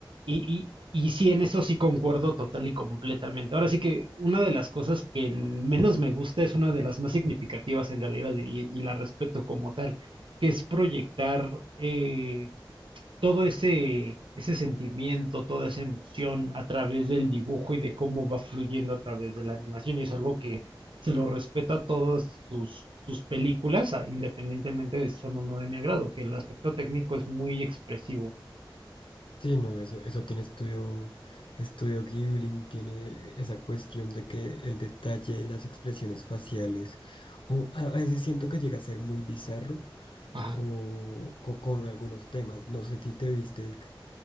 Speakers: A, on the right; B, on the left.
A: Y, y, y sí, en eso sí concuerdo total y completamente. Ahora sí que una de las cosas que menos me gusta es una de las más significativas en realidad y, y la respeto como tal, que es proyectar eh, todo ese, ese sentimiento, toda esa emoción a través del dibujo y de cómo va fluyendo a través de la animación. Y es algo que se lo respeta a todas sus, sus películas, a- independientemente de si son o no de mi agrado, que el aspecto técnico es muy expresivo.
B: Sí, no, eso, eso tiene estudio, estudio Ghibli, tiene esa cuestión de que el detalle y las expresiones faciales, o a a veces siento que llega a ser muy bizarro
A: Ajá.
B: o co- con algunos temas. No sé si te viste el Ca-